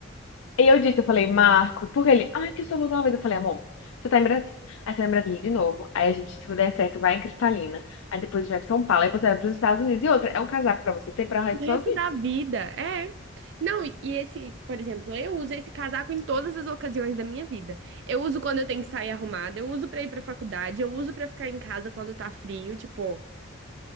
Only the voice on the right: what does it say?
O
resto
da vida, é. Não, e e esse, por exemplo, eu uso esse casaco em todas as ocasiões da minha vida. Eu uso quando eu tenho que sair arrumada, eu uso pra ir pra faculdade, eu uso pra ficar em casa quando tá frio, tipo.